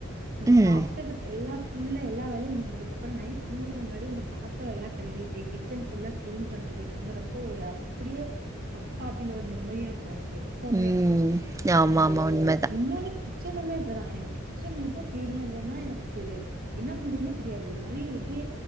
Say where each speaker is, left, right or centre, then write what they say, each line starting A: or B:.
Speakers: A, on the right (about 45°); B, on the right (about 15°).
A: இந்த
B: ம்
A: சாப்பிட்டதுக்கு எல்லா ஃபுல்லா எல்லா வேலையு முடிஞ்சதுக்கு அப்பறம் நைட் தூ முன்னாடி அந்த பாத்திர எல்லா கழுவிட்டு கிச்சன் ஃபுல்லா கிளீன் பண்ணிட்டு போய் தூங்குறப்போ ஒரு அப்படியே அப்பா அப்படின்னு ஒரு நிம்மதியா இருக்கு எனக்கு எப்பமே
B: ம்
A: ஆ
B: ஆமா ஆமா
A: என
B: உண்மதா
A: இன்னொன்னு கிச்சனமே அப்படிதா எனக்கு கிச்சன் மட்டு கிளீனா இல்லைன்னா எனக்கு என்ன பண்றதுன்னே தெரியாது ஒரு மாரி எப்படியே